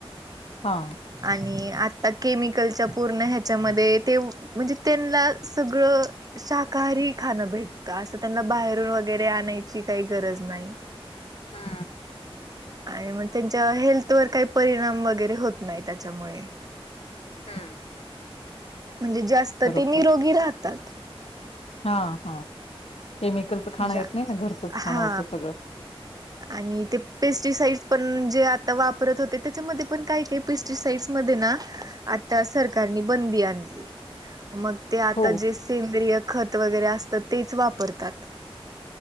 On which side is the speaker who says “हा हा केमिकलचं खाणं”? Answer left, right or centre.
Left